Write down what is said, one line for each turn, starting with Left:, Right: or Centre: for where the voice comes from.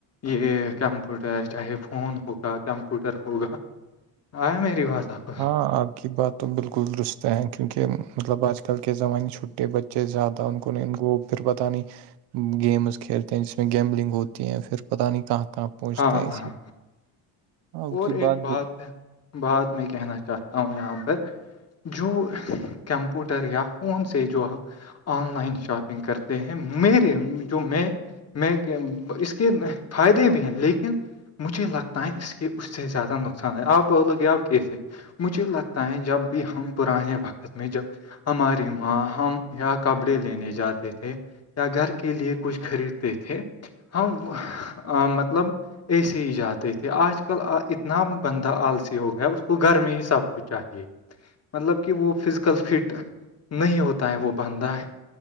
Left: یہ کمپیوٹر چاہے فون ہوگا کمپیوٹر ہوگا آیا میری پاس آپ کو
Right: ہاں آگ کی بات تو بالکل درست ہیں کیونکہ مطلب آج کل کے زمانے چھٹے بچے زیادہ ان کو نہیں ان کوو پھر پتاہ نہیں گیمز کھیلتے ہیں جس میں گیملنگ ہوتی ہے پھر پتاہ نہیں کہاں کہاں پونچتے
Left: ہاں
Right: ہیں
Left: ہاں
Right: آپ
Left: اور
Right: کی
Left: ایک بات
Right: بال-
Left: بات میں کہنا چاہتا ہوں یہاں پر جو کمپوٹر یا فون سے جو ہم آن لائن شاپنگ کرتے ہیں میرے جو میں میں اس کے فائدے بھی ہیں لیکن مجھے لگتا ہے اس کے اس سے زیادہ نقصان ہے آپ بول لو گے آپ کیسے مجھے لگتا ہے جب بھی ہم پرانے وقت میں جب ہماری ماں ہم یا کپڑے لینے جاتے تھے یا گھر کے لیے کچھ خریدتے تھے ہم مطلب ایےسے ہی جاتے تھے آج آج کل اتنا بندہ آلسی ہو گیا اس کو گھر میں ہی سب کچھ چاہیے مطلب کہ وہ فزیکل فٹ نہیں ہوتا ہے وہ بندہ ہے